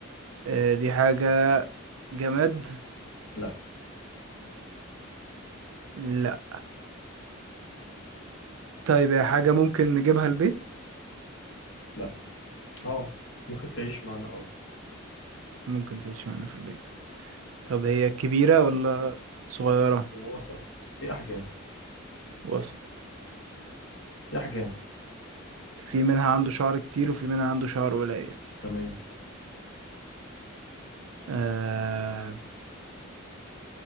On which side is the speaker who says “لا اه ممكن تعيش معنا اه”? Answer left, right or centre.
Left